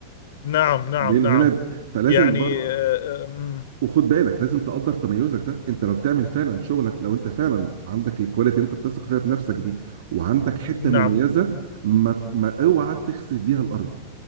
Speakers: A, on the left; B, on the right.
A: نعم نعم
B: لانه
A: نعم
B: هنا فلازم
A: يعني
B: برضه
A: آه آه، مم،
B: وخد بالك لازم تقدر تميزك ده انت لو بتعمل فعلا شغلك لو انت فعلا عندك الكواليتي انت بتثق فيها بنفسك دي وعندك حته
A: نعم
B: مميزه ما, ما اوعى تخسف بيها الارض